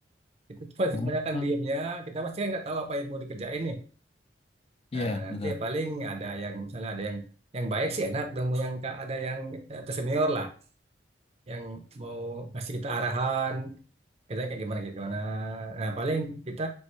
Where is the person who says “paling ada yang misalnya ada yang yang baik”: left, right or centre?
Right